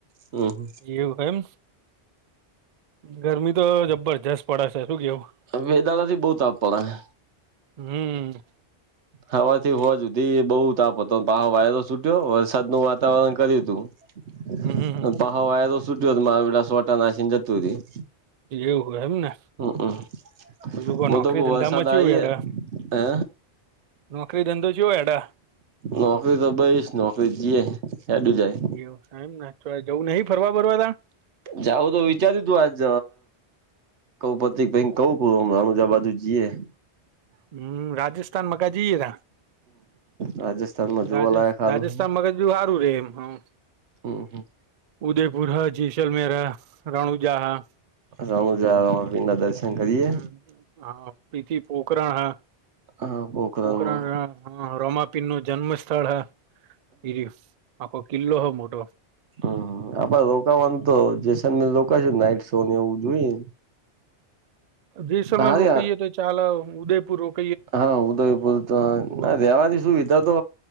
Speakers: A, on the right; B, on the right.
A: હમ
B: એવું એમ ગરમી તો જબરજસ્ત પડે છે. શું કેવું
A: વેદાળા થી બવ તાપ પડે હે
B: હમ્મ,
A: હવાથી હોવા જુધી બઉ તાપ હ પા વાયરો છૂટ્યો વરસાદ નું વાતાવરણ કર્યું તું
B: હમ હમ હમ.
A: પહાવા એ તો સુટ્યો હતો, મારાલા સોટા નાશીને જતુ રહીયુ.
B: એવું એમને
A: હમ
B: બીજું કોઈ
A: હું
B: નોકરી
A: તો કઉ
B: ધંધામા
A: વરસાદ આઈએ
B: ચેવું એટ?
A: હે
B: નોકરી ધંધો ચેવો હેડે.
A: નોકરી તો બઈશ નોકરી જઈએ હેડું જાય
B: એવું એમને જવું નહીં ફરવા બરવા તાણ
A: જાઉં તો વિચાર્યું તું આજ કઉ પતિકભાઈ કવું, હમણાં અમદાવાદ બાજુ જીયે.
B: હુ રાજસ્થાનમાં કા જઈએ ગા
A: રાજસ્થાનમાં જોવાલાયક
B: રાજ
A: હારું
B: રાજસ્થાન
A: હે
B: મગજ બ સારું રે એમ હું.
A: હમ હમ
B: ઉદયપુર હા જેસલમેર હે, રણુજા હે.
A: રણુજા, રામાપીરના દર્શન કરીએ
B: હું હા પ્રીતિ પોખરા હે.
A: હા પોખરણમાં
B: પોખરાણ રામાપીર નું જન્મ સ્થળ હ એરીસ આખો કિલ્લો હ મોટો
A: હું આપે રોકાવાનું તો જેસે લોકો નાઈટ શો ને એવું જોઈએ.
B: જયસ્વામ
A: હારી
B: રોકીએ તો ચાલ ઉદયપુર રોક
A: હા ઉદયપુર તો ના
B: એમ
A: રેહવાની સુવિધા તો